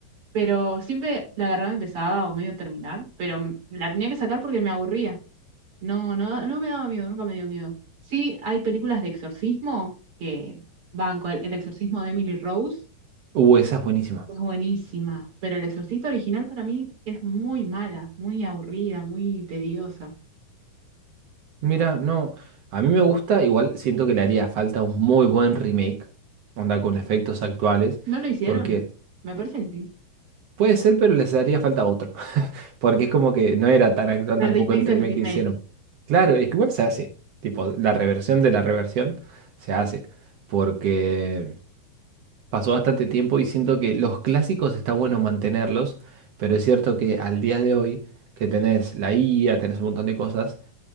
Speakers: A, on the right (about 40°); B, on the right (about 65°).
A: Pero siempre la agarraba empezaba o medio terminar. Pero m- la tenía que sacar porque me aburría. No, no, no me daba miedo, nunca me dio miedo. Sí, hay películas de exorcismo que van con el exorcismo de Emily Rose.
B: Uh, esa es buenísima.
A: Es buenísima, pero El Exorcista original para mí es muy mala, muy aburrida, muy tediosa.
B: Mira, no, a mí me gusta, igual siento que le haría falta un muy buen remake, onda con efectos actuales,
A: ¿No lo hicieron?
B: porque...
A: Me parece que sí.
B: Puede ser, pero les haría falta otro, <laughs> porque es como que no era tan actual
A: El
B: tampoco
A: remake
B: el
A: del
B: remake
A: remake,
B: que hicieron. Claro, es que igual se hace, tipo, la reversión de la reversión se hace, porque pasó bastante tiempo y siento que los clásicos está bueno mantenerlos, pero es cierto que al día de hoy, que tenés la IA, tenés un montón de cosas,